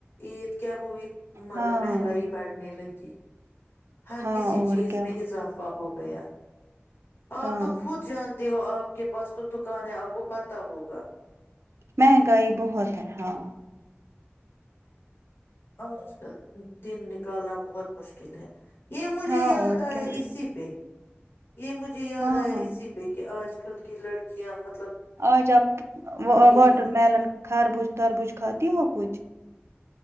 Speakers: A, on the left (about 60°); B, on the right (about 75°).
A: عید کیا وہئی مگر
B: ہاں
A: مہنگائی بڑھنے لگی جی ہر
B: ہاں
A: کسی
B: اور
A: چیز
B: کیا
A: میں اضافہ ہو پیہ آپ
B: ہاں
A: تو خود جان تے ہو آپ کے پاس تو دکان ہے آپ کو پتا ہوگا
B: مہنگائی بہت ہے ہاں
A: آج کل دن نکالنا بہت مشکل ہے یہ مجھے
B: ہاں
A: یاد
B: اور
A: آیا
B: کیا
A: اسی پہ یہ مجھے یاد
B: ہاں
A: آیا
B: ہاں
A: اسی پہ کہ آج اج کل کی لڑکیاں بت
B: اج اپ واٹر
A: لیے
B: میلن خربوز تربوز خھاتی ہو کچھ